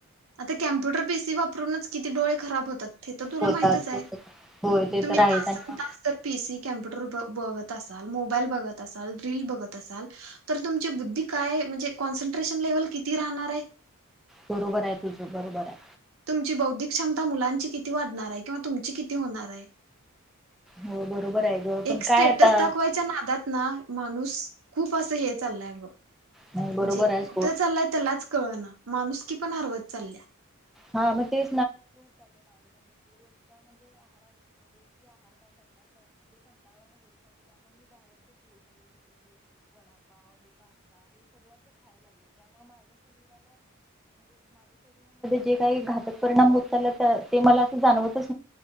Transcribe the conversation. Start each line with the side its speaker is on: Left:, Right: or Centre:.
Right: आता कॉम्पुटर पीसी वापरूनच किती डोळे खराब होतात? ते तर तुला
Centre: होतात
Right: माहितच आहे!
Centre: होतात. होय ते
Right: तुम्ही
Centre: तर आहेच
Right: तासन
Centre: आणि
Right: तास जर पीसी कम्प्युटर ब बघत तसाल. मोबाईल बघत असाल, रील बघत असाल, तर तुमची बुद्धी काय? म्हनजे कॉन्स्ट्रेशन लेव्हल किती राहनार आहे?
Centre: बरोबर आहे तुझं. बरोबर हाय.
Right: तुमची बौद्धिक क्षमता मुलांची किती वाढणार आहे? किंवा तुमची किती होणार आहे?
Centre: हो बरोबर आहे ग पण
Right: एक स्टेटस
Centre: काय आता
Right: दाखवायच्या नादात ना! माणूस.. खूप असं हे चाललंय अग!
Centre: नाही बरोबर
Right: जे
Centre: आहे सोड
Right: कुठं चाललाय त्यालाच कळ ना. माणुसकी पण हरवत चालल्या.
Centre: हा, मं ते जे काही घातक परिणाम होत चाललेत, त्या ते मला आता जाणवतंच